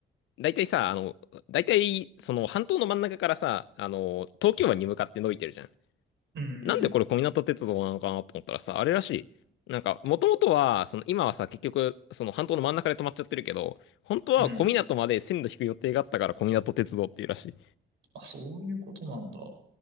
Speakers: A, on the left; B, on the right.
A: 大体さ、あの、大体、その半島の真ん中からさ、あの、東京湾に向かって伸びてるじゃん。
B: う。うん、
A: なんでこれ小湊鉄道なのかなと思ったらさ、
B: うん。
A: あれらしい。なんか、もともとは、その今はさ、結局、その半島の真ん中で止まっちゃってるけど、本当は小湊まで線路引く予定があったから小湊鉄道っていうらしい。
B: うんあ、そういうことなんだ。